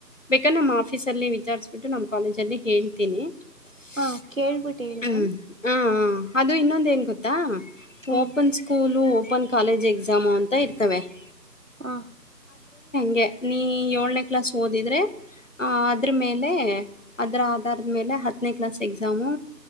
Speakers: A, on the left; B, on the right.
A: ಬೇಕಂದ್ರೆ ನಮ್ಮ ಆಫೀಸಲ್ಲಿ, ವಿಚಾರಿಸ್ಬಿಟ್ಟು, ನಮ್ಮ, ಕಾಲೇಜಲ್ಲಿ ಹೇಳ್ತೀನಿ.
B: ಹಾ
A: <inaudible>
B: ಕೇಳ್ಬಿಟ್ಟು ಹೇಳು
A: ಹ್ಮ್, ಹ, ಅದು, ಇನ್ನೊಂದು, ಏನ್ ಗೊತ್ತ. <inaudible> ಆತಾ,
B: ಹ್ಮ್
A: open, school, open, college exam, ಅಂತ, ಇರ್ತವೆ? <inaudible>
B: ಹಾ. <inaudible>
A: ಹಾಂಗೆ, ನೀ, ಏಳನೇ, ಕ್ಲಾಸ್, ಓದಿದ್ರೆ. <inaudible> ಆ, ಅದ್ರ, ಮೇಲೆ, ಅದರ, ಆಧಾರದ, ಮೇಲೆ ಹತ್ತನೇ, ಕ್ಲಾಸ್, ಎಕ್ಸಾಮು.